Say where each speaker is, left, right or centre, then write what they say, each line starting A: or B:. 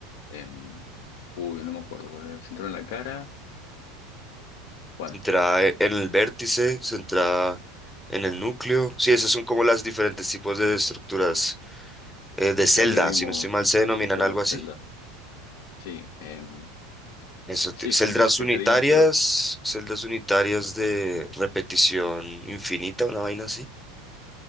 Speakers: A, on the left; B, in the centre.
A: em, Cubo, no me acuerdo cuál era, Central en la cara. Bueno,
B: Entra e, en el vértice, se entra en el núcleo. Sí, esos son como las diferentes tipos de estructuras eh, de
A: acá,
B: celda,
A: pero vimos,
B: si no estoy mal, se denominan
A: claro,
B: algo así.
A: Zelda. Sí, em,
B: Eso te-
A: sí,
B: celdas
A: estructuras cristalinas,
B: unitarias,
A: pero
B: celdas unitarias de repetición infinita, una vaina así.